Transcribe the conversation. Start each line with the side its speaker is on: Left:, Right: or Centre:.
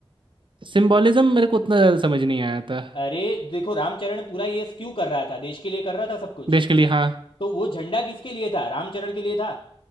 Right: सिंबॉलिज्म मेरे को उतना ज्यादा समझ नहीं आया था
Left: अरे देखो रामचरण पूरा ये क्यों कर रहा था देश के लिए कर रहा था सब कुछ
Right: देश के लिए हाँ
Left: तो वो झंडा किसके लिए था रामचरण के लिए था